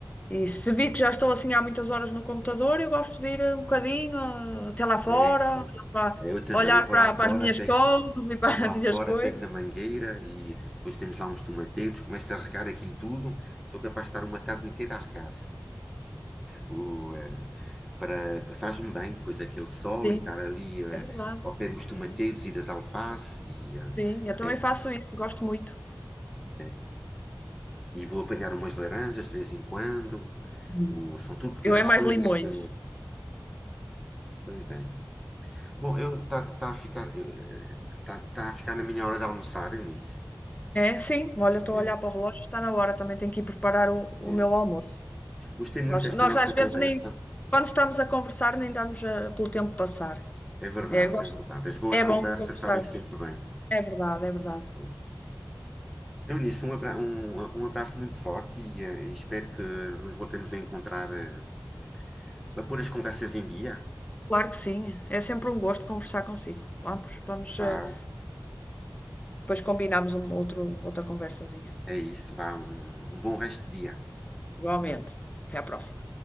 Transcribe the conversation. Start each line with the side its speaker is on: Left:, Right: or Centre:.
Left: E se vi que já estou assim há muitas horas no computador, eu gosto de ir um bocadinho ah, até lá fora,
Centre: É, é.
Left: olhar para,
Centre: é, Eu também,
Left: olhar
Centre: eu vou
Left: para,
Centre: lá
Left: para
Centre: fora,
Left: as minhas
Centre: pego,
Left: coisas <laughs> e para
Centre: eu vou lá
Left: as minhas
Centre: fora,
Left: coisas.
Centre: pego na mangueira e depois temos lá uns tomateiros, começo a regar aquilo tudo, sou capaz de estar uma tarde inteira a regar. O, eh, para, faz-me bem, pois aquele sol
Left: Sim,
Centre: e estar ali eh,
Left: é verdade.
Centre: ao pé dos tomateiros
Left: É verdade.
Centre: e das alfaces e, eh,
Left: Sim, eu também
Centre: eh,
Left: faço isso, gosto muito.
Centre: eh, e vou apanhar umas laranjas de vez em quando.
Left: Hum.
Centre: O, são tudo pequenas
Left: Eu é mais
Centre: coisas
Left: limões.
Centre: que. Pois é. Bom, eu tá, tá a ficar, eh, tá, tá a ficar na minha hora de almoçar, Eunice.
Left: É, sim, olha, estou
Centre: É,
Left: a olhar para o relógio, está na hora, também tenho que ir preparar o, o
Centre: é.
Left: meu almoço.
Centre: Gostei muito
Left: Nós,
Centre: desta
Left: nós
Centre: nossa
Left: às vezes
Centre: conversa.
Left: nem, quando estamos a conversar, nem damos ah, pelo tempo passar.
Centre: É verdade,
Left: É, eu gosto-
Centre: é verdade. As boas
Left: é
Centre: conversas
Left: bom conversarmos.
Centre: sabem sempre bem.
Left: É verdade, é verdade.
Centre: É. Eunice, um abra- um- um abraço muito forte e, eh, e espero que nos voltemos a encontrar, eh, para pôr as conversas em dia.
Left: Claro que sim. É sempre um gosto conversar consigo. Vamos, vamos,
Centre: Vá,
Left: eh, depois combinamos um outro, outra conversazinha.
Centre: é isso, vá, um um bom resto de dia.
Left: Igualmente. Até à próxima.